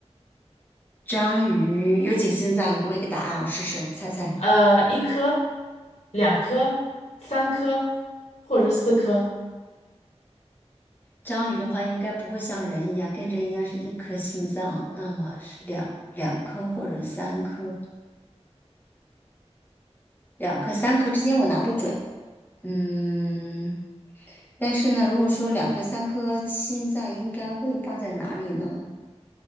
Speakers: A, on the left (about 15°); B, on the left (about 65°).
A: 章鱼有几个心脏？你给我一个答案，我试试猜猜。
B: 呃，一颗、两颗、三颗，或者是四颗。
A: 章鱼的话，应该不会像人一样，跟人一样是一颗心脏，那么是两两颗或者三颗，两颗三颗之间我拿不准。嗯，但是呢，如果说两颗、三颗心脏应该会放在哪里呢？